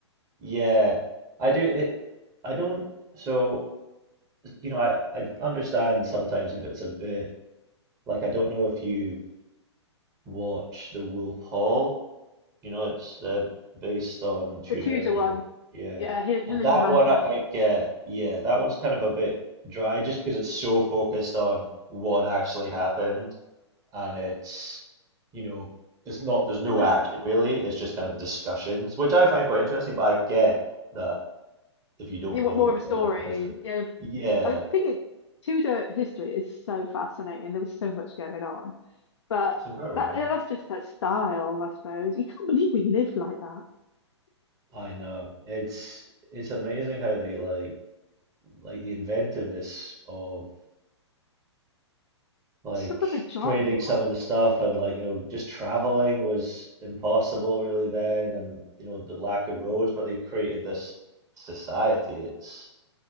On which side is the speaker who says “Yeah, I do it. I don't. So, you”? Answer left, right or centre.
Right